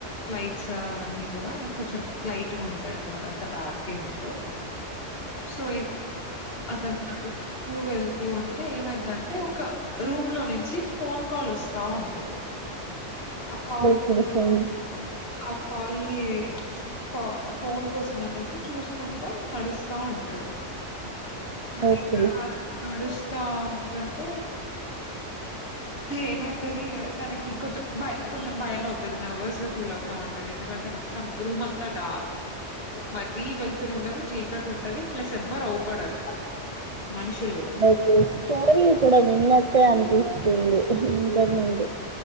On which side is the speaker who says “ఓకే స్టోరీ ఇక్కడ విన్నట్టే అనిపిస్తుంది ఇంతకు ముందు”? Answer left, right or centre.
Right